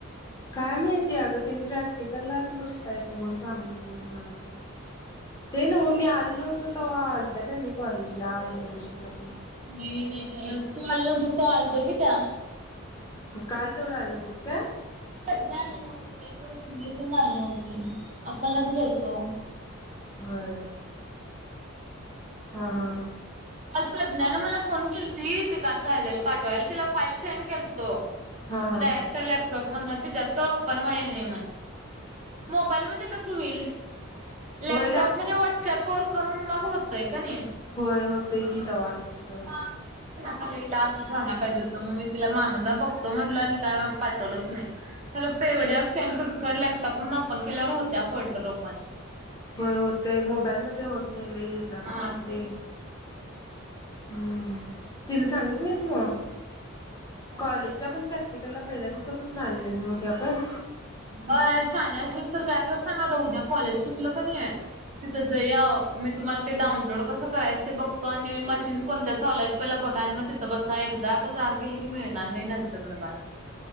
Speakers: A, on the left (about 15°); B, on the right (about 35°).
A: काय माहिती अगं तीने प्रॅक्टिकललाच नुसता येतो म्हणून सांगितलं मला.
B: <inaudible>
A: ते नव्ह मी आलो नव्हतो तेव्हा आलत काय नाही कॉलेजला इंटर्नशिपला ते,
B: नाही नाही तू आली नव्हतीस तेव्हा आलतंय की त्या.
A: म काल तेवढं आलं होतेत का?
B: नाही आल नव्हती वैष्णवी पण आलेली नव्हती आपणच गेलतो.
A: होय हा हा.
B: काल प्रज्ञाानं मला फोन केलीती ते काल राहलेलं पाठवायला तिला फाईल सेंड केलतो.
A: हा हा
B: डारेक्ट लॅपटॉप म्हणलो त्याच्यात तो ओपन व्हायना म्हण. मोबाईलमध्ये कसं होईल? लॅपटॉप
A: होय लॅप
B: मध्ये व्हॉट्सअप वर करून मग होतंय का नाही.
A: होय होतोय की तव्हां तिथं.
B: मला हिला असं सांगा पाहिजे होतं मग मी तिला मागणं बघतो म्हणलं आणि काय पाठवलंच नाही. खरं पेव डी एफ सेंड केल सोड लॅपटॉप म्हणून ओपन केल्यावर होत्या फोल्डर ओपन.
A: होय होते मोबाईल मध्ये होत नाही लई हेच्या असते
B: हा
A: हे ते.
B: तेच
A: हम्म तिला सांगितलंस नाहीस म कॉलेजच्या पण प्रॅक् टिकल पहिल्या दिवसापासून आले नाहीत नव्हते आपण.
B: वय सानिया असलंस तर काय कर सांग आता उद्या कॉलेज सुटलं क नाहीये. तिथं जईया मी तुम्हाला ते डाउनलोड कसं करायचं ते बघतो आणि मशीन कोणत्या खोलाय पहिले बघा आणि म तिथं बसाय एकदातच की मिळणार नाही नंतर ना बा.